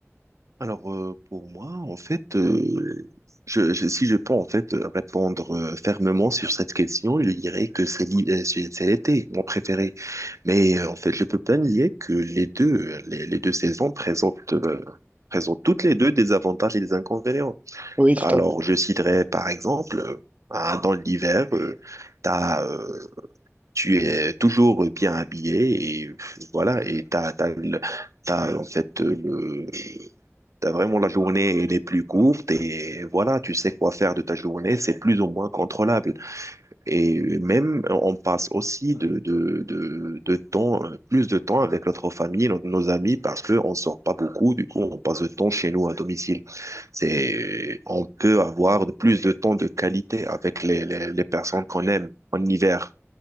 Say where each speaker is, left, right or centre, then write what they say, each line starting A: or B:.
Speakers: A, on the right; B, on the right.
A: Alors, euh, pour moi, en fait, euh, je, je- si je peux en fait euh, répondre euh, fermement sur cette question, je dirais que c'est l'hi- euh, c'est c'est l'été, mon préféré. Mais euh, en fait, je peux pas nier que les deux, euh, les, les deux saisons présentent, euh, présentent toutes les deux des avantages et des inconvénients.
B: Oui,
A: Alors,
B: tout à fait.
A: je citerai par exemple, euh, ah, dans l'hiver, euh, t'as, euh, tu es toujours bien habillé et pff, voilà, et t'as, t'as, le- t'as en fait euh, le T'as vraiment la journée, elle est plus courte et voilà, tu sais quoi faire de ta journée, c'est plus ou moins contrôlable. Et même, on passe aussi de, de, de, de temps, plus de temps avec notre famille, nos nos amis, parce qu'on sort pas beaucoup, du coup, on passe de temps chez nous à domicile. C'est, on peut avoir de- plus de temps de qualité avec les, les, les personnes qu'on aime en hiver.